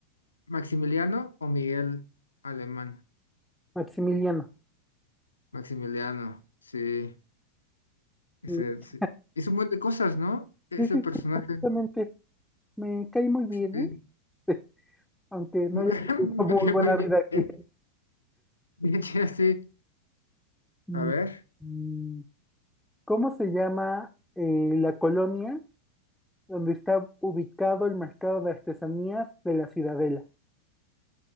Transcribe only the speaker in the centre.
Maximiliano.
Sí,
sí, sí,
exactamente. Me cae muy bien,
¿eh? Sí, aunque no
haya tenido
muy
buena
vida aquí.
Mm,
mm, ¿Cómo se llama eh, la colonia? donde está ubicado el mercado de artesanías de la Ciudadela.